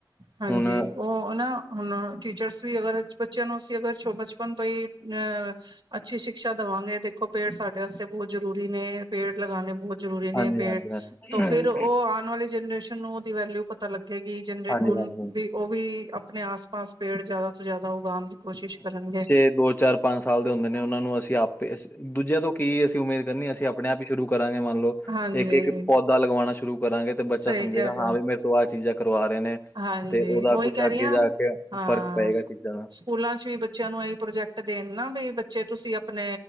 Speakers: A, on the right; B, on the left.
A: ਹਾਂਜੀ।
B: ਹੁਣ ਅ
A: ਉਹ ਨਾ ਹੁਣ ਟੀਚਰਸ ਵੀ ਅਗਰ ਬੱਚਿਆਂ ਨੂੰ ਅਸੀਂ ਅਗਰ ਬਚਪਨ ਤੋਂ ਹੀ ਅਹ ਅੱਛੀ ਸ਼ਿਕਸ਼ਾ ਦੇਵਾਂਗੇ ਦੇਖੋ, ਪੇੜ ਸਾਡੇ ਵਾਸਤੇ ਬਹੁਤ ਜ਼ਰੂਰੀ ਨੇ। ਪੇੜ ਲਗਾਉਣੇ ਬਹੁਤ ਜ਼ਰੂਰੀ
B: ਹਾਂਜੀ,
A: ਨੇ ਪੇੜ,
B: ਹਾਂਜੀ, ਹਾਂਜੀ।
A: ਤੋਂ ਫਿਰ ਉਹ ਆਉਣ ਵਾਲੀ ਜਨਰੇਸ਼ਨ ਨੂੰ ਉਹਦੀ ਵੈਲਿਊ ਪਤਾ ਲੱਗੇਗੀ। ਜ
B: ਹਾਂਜੀ,
A: ਹੁਣ
B: ਹਾਂਜੀ।
A: ਓਵੀ ਉਹ ਵੀ ਆਪਣੇ ਆਸ- ਪਾਸ ਪੇੜ ਜਿਆਦਾ ਤੋਂ ਜ਼ਿਆਦਾ ਉਗਾਉਣ ਦੀ ਕੋਸ਼ਿਸ਼ ਕਰਨਗੇ।
B: ਤੇ ਦੋ- ਚਾਰ ਪੰਜ ਸਾਲ ਦੇ ਹੁੰਦੇ ਨੇ ਉਹਨਾਂ ਨੂੰ ਅਸੀਂ ਆਪੇ ਦੂਜਿਆਂ ਤੋਂ ਕੀ ਅਸੀਂ ਉਮੀਦ ਕਰਨੀ ਅਸੀਂ ਆਪਣੇ- ਆਪ ਹੀ ਸ਼ੁਰੂ ਕਰਾਂਗੇ ਮੰਨ ਲਓ
A: ਹਾਂਜੀ
B: ਇੱਕ- ਇੱਕ ਪੌਦਾ ਲਗਵਾਉਣਾ ਸ਼ੁਰੂ ਕਰਾਂਗੇ ਤੇ ਬੱਚਾ
A: ਸਹੀ
B: ਸਮਝੇਗਾ
A: ਕਹਿ ਰਹੇ
B: ਹਾਂ
A: ਹੋ
B: ਵੀ ਮੇਰੇ ਤੋਂ ਆਹ ਚੀਜ਼ਾਂ ਕਰਵਾ ਰਹੇ ਨੇ।
A: ਹਾਂਜੀ
B: ਤੇ ਉਹਦਾ
A: ਉਹੀ
B: ਕੁਛ
A: ਕਹਿ
B: ਅੱਗੇ
A: ਰਹੀ ਹਾਂ
B: ਜਾ ਕੇ
A: ਹਾਂ
B: ਫ਼ਰਕ ਪਏਗਾ ਚੀਜ਼ਾਂ ਦਾ।
A: ਸਕੂਲਾਂ 'ਚ ਵੀ ਬੱਚਿਆਂ ਨੂੰ ਇਹੀ ਪ੍ਰੋਜੈਕਟ ਦੇਣ ਨਾ ਵੀ ਬੱਚੇ ਤੁਸੀਂ ਆਪ ਆਪਣੇ